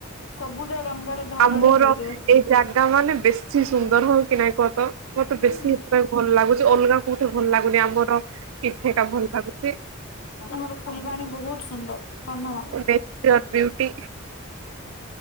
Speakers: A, on the left; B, on the right.
A: ସବୁଜ ରଙ୍ଗର ଧରଣୀ
B: ଆମର
A: ହେଇଯିବ ସେ।
B: ଏଇ ଜାଗା ମାନେ ବେଶୀ ସୁନ୍ଦର ହବ କି ନାଇ କହ ତ ମତେ
A: ହୁଁ
B: ବେଶୀ ପୁରା ଭଲ ଲାଗୁଚି ଅଲଗା କୋଉଠି ଭଲ ଲାଗୁନି ଆମର ଏଠି ଏକା ଭଲ ଲାଗୁଚି।
A: ତମର ଫୁଲବାଣି ବୋହୁତ ସୁନ୍ଦର କନ୍ଧମାଳ।
B: ନେଚର ବିୟୁଟି